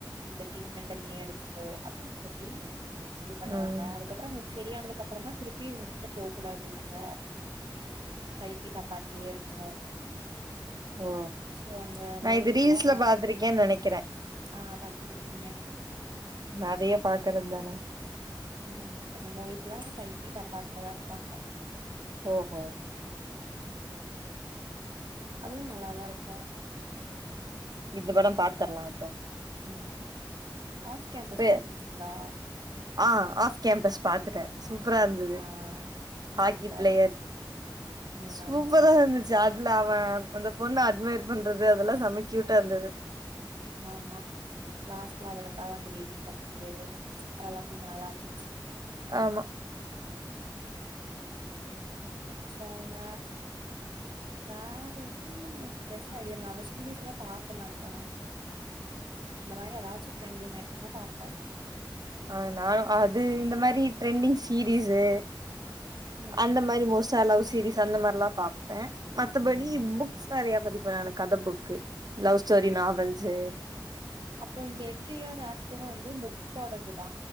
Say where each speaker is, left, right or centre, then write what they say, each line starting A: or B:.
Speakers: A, on the right; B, on the right.
A: இந்த ட்ரீட்மெண்ட நீ எடுத்துக்கோ அப்டின் சொல்லி இது பண்ணுவாங்க
B: ம்
A: அதுக்கப் செரியானதுக்கப்பறமா திருப்பி இவுங்ககிட்ட போ கூடாது இவுங்க ஃப ஃபீட் அப்பாட்லயே இருக்கணு
B: ஓ
A: சோ அந்த
B: நா
A: மூவி
B: இது
A: ஃபுல்லா
B: ரீல்ஸ்ல
A: அங்க
B: பாத்திருக்கேன் நெனக்கிறே
A: ஆ பாத்திருப்பீங்க
B: நெறைய பாக்குறதானெ
A: ம் அந்த மூவி ஃபுல்லா ஃபைவ் ஃபீட் அப்பாட்லதா இருப்பாங்க
B: ஓஹோ
A: ம் அதுவும் நல்லாதான்ருக்கு
B: இந்தபடம் பாத்ரலா அப்போ
A: ம் ஆஃப் கேம்பஸ்
B: பே
A: பாத்திருக்கீங்களா
B: ஆ ஆஃப் கேம்பஸ் பாத்துட்டே சூப்ரா இருந்துது
A: ஆ
B: ஹாக்கி
A: சூப்பரா
B: பிளேயர்
A: இருந்துச்சு ம்
B: சூப்பரா
A: ஆமா ஆமா
B: இருந்துச்சு அதுல அவெ அந்த பொண்ண அட்மையர் பண்றது அதெலா செம கியூட்டா இருந்துது
A: ஆமா லாஸ்ட்ல அவளுக்காக வந்து வெயிட் பண்ணது அதுலா கொஞ்சம் நல்லா இருந்துச்சு
B: ஆமா
A: சோங்க வ வேற <inaudible> பெருசால்ல அவ்ளோ சீரியஸ் பாக்க மாட்டே இந்த மாரி ஏதாச்சு ட்ரெண்டிங் ஆயிட்டு இருந்தா பாப்பே
B: ஆ நானு அது இந்த மாரி ட்ரெண்டிங் சீரீயஸூ
A: ம்
B: அந்த மாரி மோஸ்டா லவு சீரிஸ் அந்த மாரிலா பாப்பே மத்தபடி
A: ம்
B: புக்ஸ் நெறையா படி அப்றோ எனக்கு கத புக்கு லவ் ஸ்டோரி
A: ஓ
B: நாவல்ஸு
A: அப்போ இந்த எவ்ரி இயர் ஆஃப்டர் வந்து புக் போடதுதா